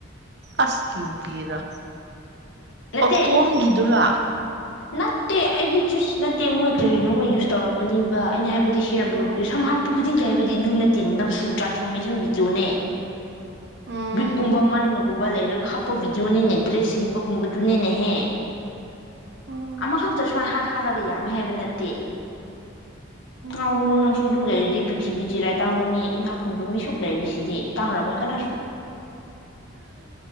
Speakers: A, on the right (about 55°); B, on the left (about 70°).
A: ꯑꯁ ꯀꯤꯕꯨ ꯀꯔ
B: ꯅꯠꯇꯦ
A: ꯑꯣ ꯀꯣꯝꯒꯤꯗꯨꯔꯥ
B: ꯅꯠꯇꯦ ꯑꯩꯒꯤ ꯖꯨꯁ ꯅꯠꯇꯦ ꯃꯣꯏ ꯀꯔꯤꯅꯣ ꯃꯣꯏ ꯌꯨꯁ ꯇꯧꯔꯝꯒꯅꯤꯕ ꯑꯩꯅ ꯍꯥꯏꯕ ꯍꯦꯌꯥꯔꯕꯣ
A: ꯎꯝ ꯎꯝ
B: ꯁꯝ ꯍꯥ ꯈꯨꯗꯤꯡꯒꯤ ꯍꯥꯏꯕꯗꯤ ꯂ ꯅꯠꯇꯤꯟ ꯅꯝꯐꯨ ꯇ꯭ꯔꯥꯟꯁꯐꯣꯔꯃꯦꯁꯟ ꯚꯤꯗꯤꯑꯣꯅꯦ
A: ꯎꯝ
B: ꯕꯤꯛ ꯀꯨꯝꯕ ꯃꯥꯟ ꯒꯨꯝꯕ ꯂꯩꯔꯒ ꯍꯥꯞꯄ ꯗꯤꯑꯣꯅꯤꯅꯦ ꯗ꯭ꯔꯦꯁ ꯁꯤꯟꯕꯒꯨꯝꯕꯗꯨꯅꯤꯅꯦꯍꯦ
A: ꯎꯝ
B: ꯑꯃꯈꯛꯇ ꯁꯨꯃꯥꯏ ꯍꯥꯠ ꯍꯥꯜꯂꯒ ꯌꯥꯝꯃꯤ ꯍꯥꯏꯕ ꯅꯠꯇꯦ
A: ꯎꯝ
B: ꯑꯒꯅ ꯅꯪꯁꯨꯨꯗ ꯂꯩꯦ ꯗꯤ ꯄ꯭ꯔꯤꯊꯤꯕꯤ ꯆꯤꯔꯥꯏ ꯇꯥꯡꯕ ꯃꯤ ꯏꯅꯥꯛꯈ ꯈꯨꯟꯕ ꯃꯤ ꯁꯨꯛ ꯂꯩꯔꯤꯁꯤꯗꯤ ꯇꯥꯡꯅꯝꯃꯣꯏ ꯀꯅꯥꯁꯨ